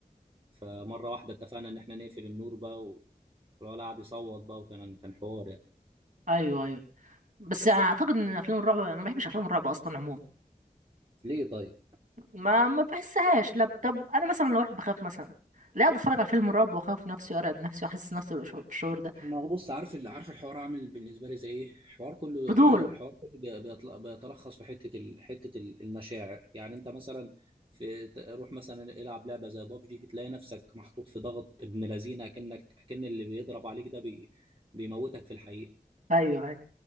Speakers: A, on the right; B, on the right.
A: فمره واحده اتفقنا ان احنا نقفل النور بقى و- والولد قعد يصوت بقى وكان كان حوار يعني
B: ايوه ايوه بس انا اعتقد ان افلام الرعب انا ما بحبش افلام الرعب اصلا عموما
A: ليه طيب؟
B: ما ما بحسهاش لا طب انا مثلا لو واحد بخاف مثلا لا اقعد اتفرج على فيلم الرعب واخاف نفسي وارعب نفسي واحس نفسي بالشعور بالشعور ده
A: ما هو بص عارف اللي عارف الحوار عامل بالنسبه لي زي ايه؟ الحوار كله
B: فضول
A: حو- الحوار كله بي- بيطل- بيتلخص في حته ال... حته ال- المشاعر يعني انت مثلا في ت- روح مثلا العب لعبه زي بابجي تلاقي نفسك محطوط في ضغط ابن لذينه كأنك كأن اللي بيضرب عليك ده بي... بيموتك في الحقيقه
B: ايوه ايوه